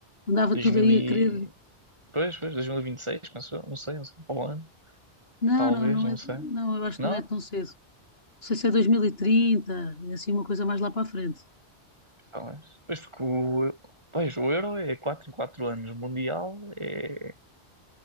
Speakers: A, on the left (about 60°); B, on the right (about 25°).
A: Andava
B: 2000
A: tudo aí
B: e...
A: a querer.
B: Pois, pois, 2026, penso eu. Não sei, não sei. Ou ano,
A: Não,
B: talvez,
A: não, não
B: não
A: é.
B: sei.
A: Não, eu acho
B: Não?
A: que não é tão cedo. Não sei se é 2030, é assim uma coisa mais lá para a frente.
B: Talvez. Pois porque o... Pois, o Euro é 4 em 4 anos. O Mundial é